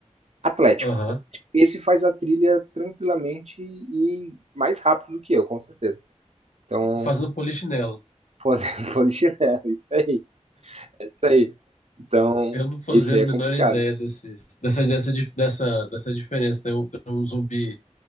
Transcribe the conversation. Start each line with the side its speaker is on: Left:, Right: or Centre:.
Right: Atlético.
Left: Aham.
Right: Atlético. Esse faz a trilha tranquilamente e mais rápido do que eu, com certeza. Então,
Left: fazendo polichinelo.
Right: Fazendo <laughs> polichinelo, isso aí, é isso aí. Então,
Left: Eu não fazia
Right: isso aí
Left: a menor
Right: é complicado.
Left: ideia desse, dessa, dessa, dif- dessa, dessa diferença. Tem um, tem um zumbi,